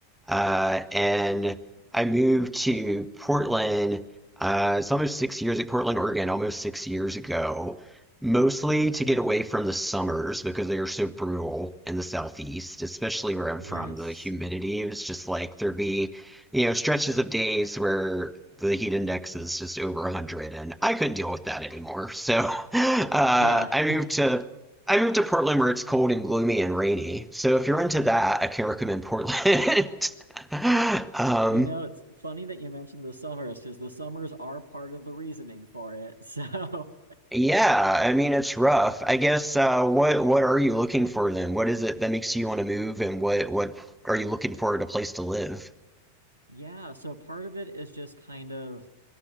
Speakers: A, in the centre; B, on the right.
A: Uh, and I moved to Portland. Uh, it's almost six years at Portland, Oregon, almost six years ago, mostly to get away from the summers because they are so brutal in the southeast, especially where I'm from.
B: Yes.
A: The humidity was just like there'd be, you know, stretches of days where the heat index is just over 100, and I couldn't deal with that anymore. So <laughs> uh,
B: Yeah.
A: I moved
B: <laughs>
A: to I moved to Portland where it's cold and gloomy and rainy. So if you're into that, I can recommend Portland. <laughs> Um,
B: You know, it's funny that you mentioned the summers because the summers are part of the reasoning for it. <laughs> So,
A: yeah, I mean it's rough. I guess uh, what what are you looking for then? What is it that makes you want to move, and what what are you looking for at a place to live?
B: yeah. So, part of it is just kind of